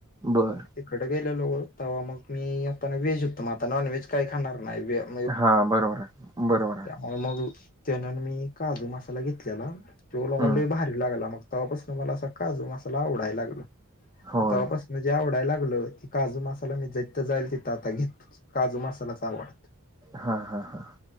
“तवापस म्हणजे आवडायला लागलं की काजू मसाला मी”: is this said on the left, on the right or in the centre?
Left